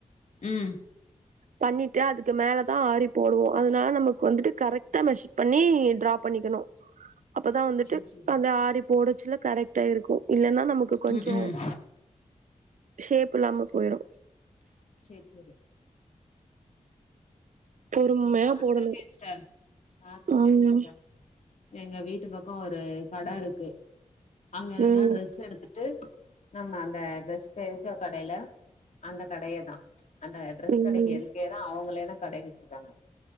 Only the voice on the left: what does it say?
ம்
சேர் சேரி
ம் ம்
சேரி தோழி
நா பாத்துருக்கேஸ்டர்
பாத்துருக்கே
சிஸ்டர் எங்க வீட்டு பக்கோ ஒரு கட இருக்கு அங்க என்னனா
ட்ரெஸ் எடுத்துட்டு நம்ம அந்த ட்ரெஸ் தெரிஞ்சோ கடைல அந்த கடையே தா அந்த ட்ரெஸ்
கடைக்கி எ இதேதா அவுங்ளே தா கடை வச்சிருக்காங்க